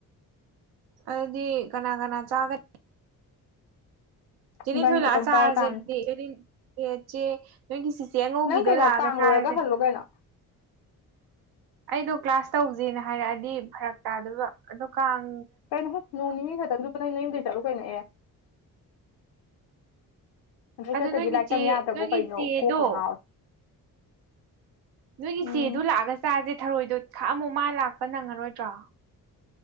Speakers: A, on the right (about 80°); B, on the left (about 85°).
A: ꯑꯗꯨꯗꯤ ꯀꯅꯥ ꯀꯅꯥ ꯆꯥꯒ ꯆꯦ ꯂꯤꯟꯊꯣꯏ
B: ꯏꯕꯥꯅꯤ
A: ꯂꯛꯑꯒ
B: ꯈꯛꯇꯪ
A: ꯆꯥꯔꯁꯦ
B: ꯆꯥꯕ ꯇꯥꯕꯅꯤ
A: ꯑꯗꯨꯗꯤ ꯆꯦ ꯂꯤꯟ ꯆꯦ ꯅꯣꯏꯒꯤ ꯆꯤꯆꯦ ꯑꯉꯧꯕꯤꯗꯣ
B: ꯅꯪ ꯀꯩꯅꯣ
A: ꯂꯥꯛꯑꯒ
B: ꯀꯥꯡ
A: ꯆꯥꯔꯖꯦ
B: ꯂꯣꯏꯔꯒ ꯍꯜꯂꯣ ꯀꯩꯅꯣ
A: ꯑꯩꯗꯣ ꯀ꯭ꯂꯥꯁ ꯇꯧꯖꯦꯅ ꯍꯥꯏꯔꯛꯑꯗꯤ ꯐꯔꯛ ꯇꯥꯗꯣꯏꯕ ꯑꯗꯣ ꯀꯥꯡ
B: ꯀꯩꯅꯣꯍꯦ ꯅꯣꯡ ꯅꯤꯅꯤ ꯈꯛꯇꯪꯗꯨ ꯅꯪ ꯅꯌꯨꯝꯗꯩ ꯆꯠꯂꯨ ꯀꯩꯅꯣ ꯑꯦ ꯑꯗꯨꯗ
A: ꯑꯗꯣ
B: ꯆꯠꯇꯗꯤ
A: ꯅꯣꯏꯒꯤ
B: ꯂꯥꯏꯔꯤꯛ
A: ꯆꯦ
B: ꯇꯝ ꯌꯥꯗ꯭ꯔꯕꯣ
A: ꯅꯣꯏꯒꯤ
B: ꯀꯩꯅꯣ
A: ꯆꯦꯗꯣ
B: ꯀꯣꯛꯀ ꯉꯥꯎꯋꯦ
A: ꯅꯣꯏꯒꯤ
B: ꯎꯝ
A: ꯆꯦꯗꯨ ꯂꯥꯛꯑꯒ ꯆꯥꯁꯦ ꯊꯔꯣꯏꯗꯣ ꯈꯥꯛꯑꯝꯃꯣ ꯃꯥ ꯂꯥꯛꯄ ꯅꯪꯉꯔꯣꯏꯗ꯭ꯔꯣ